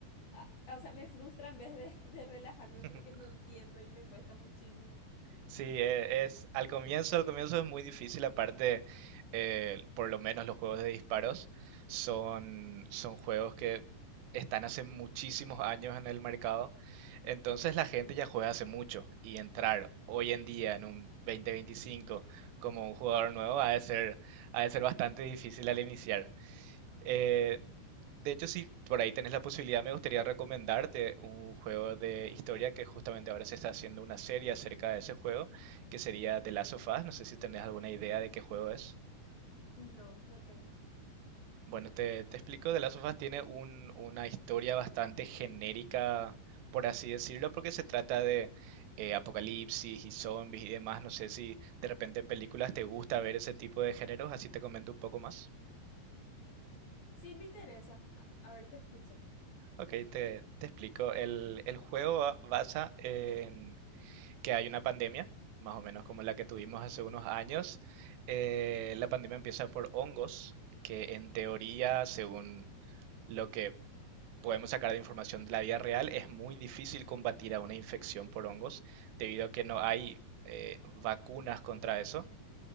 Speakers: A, on the left (about 45°); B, on the right (about 80°).
A: ah, o sea, me frustra en vez de, <laughs> de relajarme
B: <laughs>
A: porque no entiendo y me cuesta muchísimo.
B: Sí, eh, es al comienzo, al comienzo es muy difícil, aparte, eh, por lo menos los juegos de disparos son, son juegos que están hace muchísimos años en el mercado, entonces la gente ya juega hace mucho y entrar hoy en día en un 2025 como un jugador nuevo ha de ser, ha de ser bastante difícil al iniciar. Eh, de hecho, si por ahí tenés la posibilidad, me gustaría recomendarte un juego de historia que justamente ahora se está haciendo una serie acerca de ese juego, que sería The Last of Us. No sé si tenés alguna idea de qué juego es.
A: No, no tengo.
B: Bueno, te, te explico, The Last of Us tiene un- una historia bastante genérica, por así decirlo, porque se trata de eh, apocalipsis y zombies y demás. No sé si de repente en películas te gusta ver ese tipo de géneros, así te comento un poco más.
A: Sí, me interesa. A, a ver, te escucho.
B: Ok, te, te explico. El, el juego ba- basa en que hay una pandemia, más o menos como la que tuvimos hace unos años. Eh, la pandemia empieza por hongos, que en teoría,
A: Ujú,
B: según lo que podemos sacar de información de la vida real, es muy difícil combatir a una infección por hongos, debido a que no hay eh, vacunas contra eso.